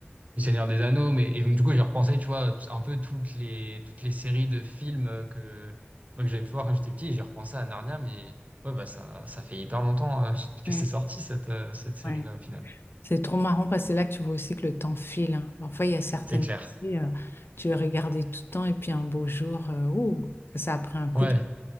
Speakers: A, on the right (about 35°); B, on the left (about 65°).
A: Le Seigneur des Anneaux, mais et donc, du coup j'ai repensé, tu vois, t- un peu toutes les toutes les séries de films euh, que moi, que j'avais pu voir quand j'étais petit, et j'ai repensé à Narnia, mais ouais bah ça ça fait hyper longtemps euh, <laughs> que
B: Ouais,
A: c'est sorti cette euh, cette série-là
B: ouais.
A: au final.
B: C'est trop marrant parce que c'est là que tu vois aussi que le temps file. hein. Parfois, il y a certaines
A: C'est clair.
B: filles, euh, tu les regardais tout le temps et puis un beau jour, euh, ouh, ça a pris un coup
A: Ouais.
B: de.